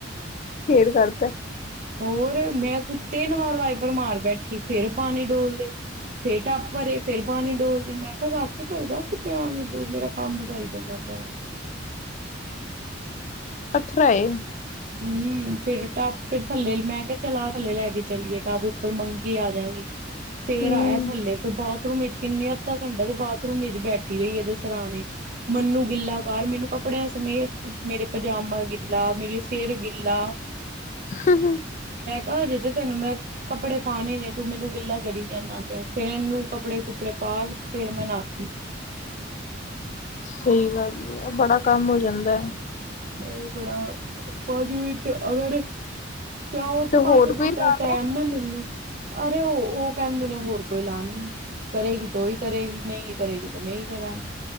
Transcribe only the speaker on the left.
ਖੇਡ ਕਰਦਾ
ਅੱਥਰਾ ਏ
ਹੂੰ।
ਹਮ ਹ
ਸਹੀ ਗੱਲ ਆ ਬੜਾ ਕੰਮ ਹੋ ਜਾਂਦਾ ਹੈ
ਹੋਰ
ਕੋਈ ਲਾ ਲੋ